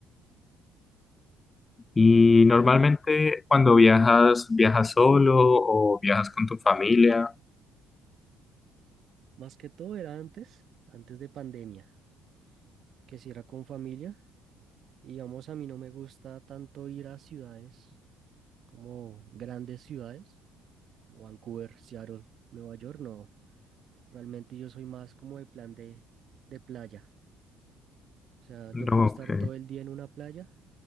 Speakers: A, on the left (about 30°); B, on the right (about 55°).
A: Y normalmente cuando viajas, ¿viajas solo o viajas con tu familia?
B: Más que todo era antes, antes de pandemia, que si era con familia. Y vamos, a mí no me gusta tanto ir a ciudades como grandes ciudades, Vancouver, Seattle, Nueva York, no. Realmente yo soy más como de plan de, de playa. O sea,
A: No,
B: yo puedo estar
A: ok.
B: todo el día en una playa